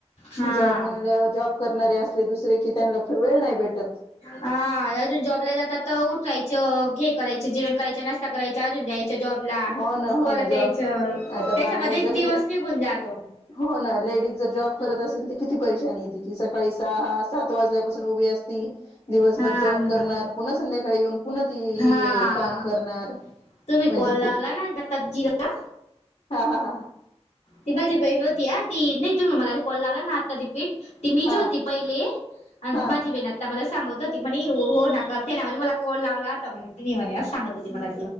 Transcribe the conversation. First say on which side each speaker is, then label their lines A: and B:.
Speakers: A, on the left; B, on the left.
A: हा
B: जॉब म्हण जॉब करणारे असले दुसरे की त्यांना वेळ नाही भेटत
A: हा अजून जॉबला जातात तर उठायचं हेरायचे जेवण करायचा नाशता करायचे ूनयच्या जॉबला
B: हो ना
A: मग
B: हो
A: परत
B: ना जॉब
A: यायचं
B: आता
A: त्याच्यामध्येच
B: बाया जर
A: दिवस निघून जातो
B: हो ना लेडीज जर जॉब करत
A: हा
B: असेल तर किती परेशानी आहे तिची सकाळी सहा सात वाजल्यापासून उभी असती दिवसभर
A: हा
B: जॉब करणार पुन्हा संध्याकाळी येऊन पुन्हा ती ते
A: हा
B: काम करणार
A: तुम्ही
B: म्हणजे
A: कोल लावला
B: ती
A: ना ग सब्जीला
B: हा हा हा
A: ती माझी बहीण होती ती नाही तुम्ही मला कॉल लावलाना आता बी ती मी
B: हा
A: जी होती
B: हा
A: पहिले माझी
B: हा
A: बहीण आता मला सांग होती म्हणे हो हो ना करते ना म्हणे मला कॉल लावला तर म्हणे तिने म्हणे असं सांगत होती मला